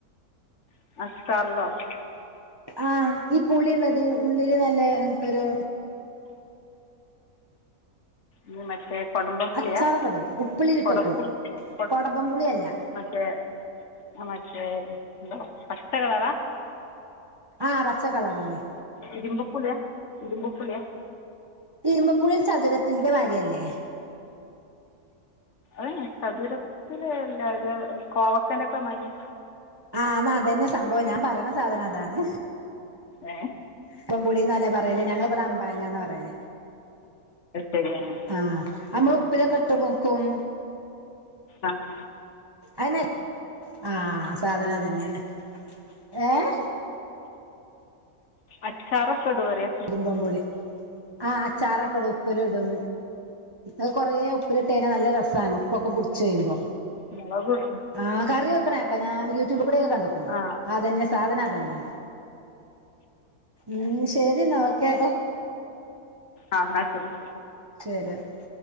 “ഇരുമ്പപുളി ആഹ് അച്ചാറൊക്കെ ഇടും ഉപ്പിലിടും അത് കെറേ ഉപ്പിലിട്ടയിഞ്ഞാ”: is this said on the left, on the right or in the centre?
Right